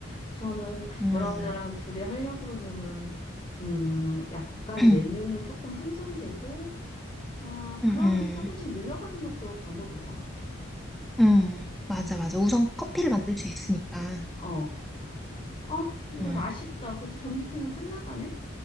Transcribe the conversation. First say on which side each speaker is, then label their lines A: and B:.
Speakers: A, on the left; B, in the centre.
A: 우선은
B: 음.
A: 너랑 나랑 둘이 하려고 그러면은, 음, 약간
B: 응,
A: 메뉴는 조금 한정되고, 아, 그러면서
B: 응, 응.
A: 조금씩 늘려가는 것도 방법일 것 같아.
B: 응. 맞아,
A: 음, 음.
B: 맞아. 우선 커피를 만들 수 있으니까.
A: 어, 어, 이런
B: 응.
A: 아쉽다. 벌써 점심시간 끝나가네.